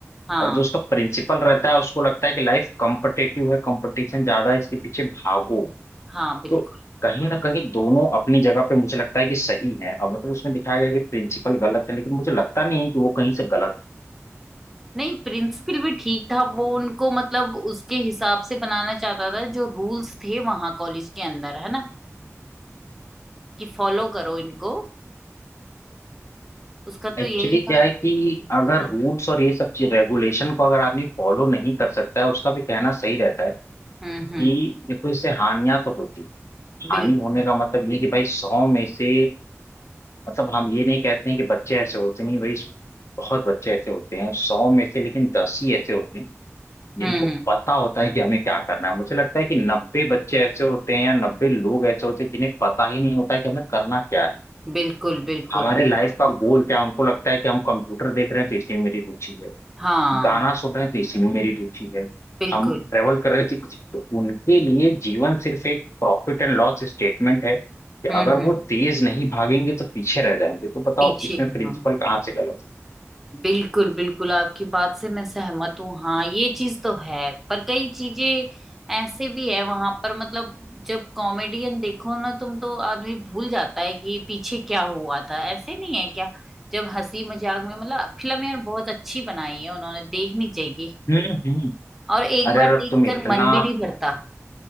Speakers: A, in the centre; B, on the left.
A: हाँ
B: और जो उसका प्रिंसिपल रहता है उसको लगता है कि लाइफ कॉम्पिटेटिव है कंपटीशन ज्यादा है इसके पीछे भागो
A: हाँ बिल्कुल
B: तो कहीं ना कहीं दोनों अपनी जगह पे मुझे लगता है कि सही है अब मतलब उसमें दिखाया गया कि प्रिंसिपल गलत है लेकिन मुझे लगता नहीं है कि वो कहीं से गलत है।
A: नहीं प्रिंसिपल भी ठीक था वो उनको मतलब उसके हिसाब से बनाना चाहता था जो रूल्स थे वहां कॉलेज के अंदर है ना कि फॉलो करो इनको उसका
B: एक्चुअली
A: तो यही था
B: क्या है कि अगर
A: हम्म
B: रूल्स और ये सब चीज रेगुलेशन को अगर आदमी फॉलो नहीं कर सकता है उसका भी कहना सही रहता है
A: हम्म
B: कि
A: हम्म,
B: देखो इससे हानियां तो होती
A: बिल्कुल
B: हानि होने का मतलब ये कि भाई सौ में से मतलब हम ये नहीं कहते हैं कि बच्चे ऐसे होते नहीं भाई बहुत बच्चे ऐसे होते हैं सौ में से लेकिन दस ही ऐसे होते हैं जिनको
A: हम्म
B: पता होता है कि हमें क्या करना है मुझे लगता है कि नब्बे बच्चे ऐसे होते हैं या नब्बे लोग ऐसे होते हैं जिन्हें पता ही नहीं होता है कि हमें करना क्या है
A: बिल्कुल बिल्कुल
B: हमारे लाइफ का गोल क्या है उनको लगता है कि हम कंप्यूटर देख रहे हैं तो इसी में मेरी रुचि है
A: हाँ
B: गाना सुन रहे थे इसी में मेरी रुचि है
A: बिल्कुल
B: हम ट्रेवल कर रहे थे कुछ तो उनके लिए जीवन सिर्फ एक प्रॉफिट एंड लॉस स्टेटमेंट है कि
A: हम्म
B: अगर
A: हम्म
B: वो तेज नहीं भागेंगे तो पीछे रह जाएंगे तो बताओ
A: पीछे
B: इसमें प्रिंसिपल
A: हाँ
B: कहाँ से गलत है
A: बिल्कुल बिल्कुल आपकी बात से मैं सहमत हूँ हाँ ये चीज तो है पर कई चीजें ऐसे भी है वहां पर मतलब जब कॉमेडियन देखो ना तुम तो आदमी भूल जाता है कि पीछे क्या हुआ था ऐसे नहीं है क्या जब हंसी मजाक में मतलब फिल्म यार बहुत अच्छी बनाई है उन्होंने देखनी चाहिए
B: हम्म हम्म।
A: और एक
B: अरे
A: बार
B: यार अब
A: देखकर
B: तुम इतना
A: मन भी नहीं भरता